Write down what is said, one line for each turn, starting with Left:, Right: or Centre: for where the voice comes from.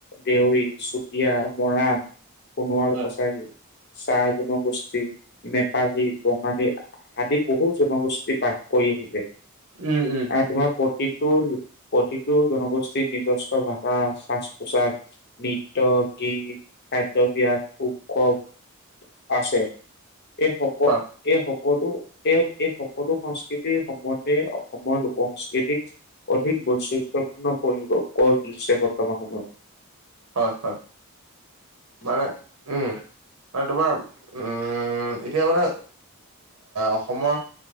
Left: দেউৰী, চুতীয়া, মৰাণ। সোনোৱাল-কছাৰী,
Right: উম
Left: চাহ জনগোষ্ঠী নেপালী, বঙালী আদি বহু জনগোষ্ঠী বাস কৰি আহিলে।
Right: উম উম।
Left: তোমাৰ প্ৰতিটো প্ৰতিটো জনগোষ্ঠীৰ নিজস্ব ভাষা সাজ-পোছাক নৃত্য, গীত, খাদ্যবিয়াস, উৎসৱ আছে। এই সক
Right: হয়
Left: এই সকলো, এ এই সকলো সংস্কৃতিৰ সম্বন্ধে অসমৰ লোক সংস্কৃতিক অধিক বৈচিত্ৰয়পূৰ্ণ কৰিব কই কিছ বৰ্তমান সময়ত।
Right: হয় হয়,
Left: উম,
Right: মানে উম। মানে তোমাৰ, উম এতিয়া মানে অসমৰ